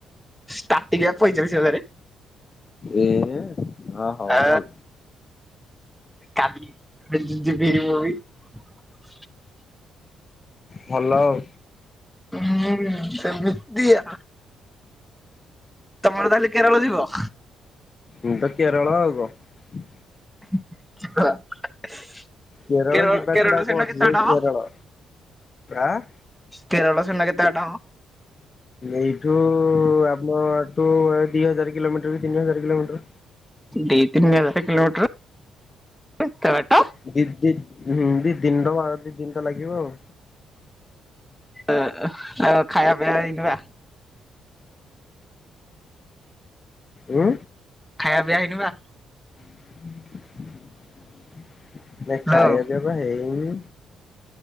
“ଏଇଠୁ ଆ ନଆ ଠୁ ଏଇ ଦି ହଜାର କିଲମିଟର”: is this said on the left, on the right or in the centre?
Left